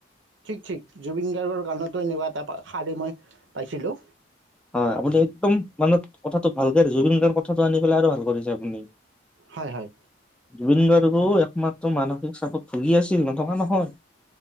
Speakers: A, on the right; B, in the centre.
A: ঠিক-ঠিক জুবিন গাৰ্গৰ গানতো এনেকুৱা এটা শাৰী মই পাইছিলো।
B: হয় আপুনি একদম মানে কথাটো ভালকে জুবিন গাৰ্গ কথাটো আনি পেলাই আৰু ভাল কৰিছে আপুনি।
A: হয় হয়
B: জুবিন গ একমাত্ৰ মানসিক চাপত ভুগি আছিল, নথকা নহয়।